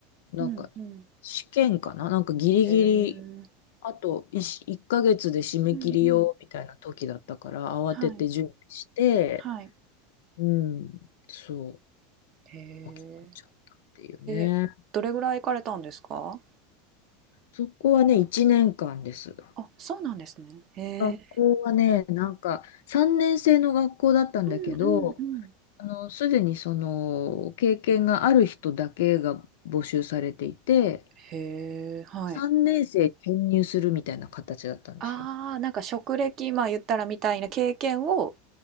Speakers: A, on the left; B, on the right.
A: なんか試験かななんかギリギリ
B: うんうん。へえ。
A: あと1、一ヶ月で締め切りよみたいな時だったから慌てて準備して
B: うんうん。はい。はい。
A: うん、そ
B: へ
A: う、諦めちゃったっていうね。
B: え。で、どれぐらい行かれたんですか
A: そこはね、1年間です。
B: あ、そうなんですね。へ
A: 学校はね、なんか3年生の学校だったんだけど、
B: うんうんうん。
A: あの、すでにその経験がある人だけが募集されていて、
B: へえ、はい。
A: 3年生に編入するみたいな形だったんですよ。
B: ああ、なんか職歴、まあ言ったらみたいな経験を、